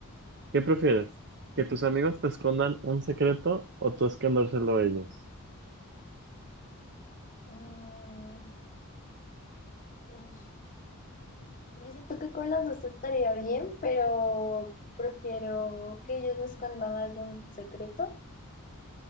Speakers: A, on the right (about 50°); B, on the left (about 40°).
A: ¿qué prefieres? ¿Que tus amigos te escondan un secreto o tú escondérselo a ellos?
B: Mm, uy. Yo siento que con las dos estaría bien, pero prefiero que ellos me escondan algún secreto,